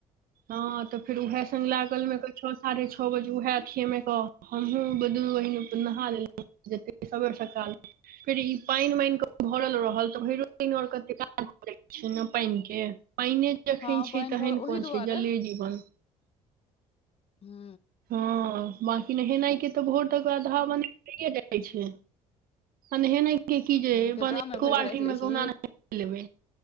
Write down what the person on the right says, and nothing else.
हँ तऽ फेर उएहे स लागल मे के छओ साढ़े छओ बजे उएहे अथििय मे क हमहु दु बहिन नहा लेल सबेर सकाल फेर ई पानिान भरल रहल तऽ भरिो प आर कत क छै, ने पानि के पान जखन
छै,
तहन
कोन
छै, जले जीवन।
हँ बकी नहेनाइ के तऽ भोट ओकरा धाव बे जाइ छै। हँ, नहि की जे
बन
एको
बाल्टीन
मे
कोहना नाह लेबै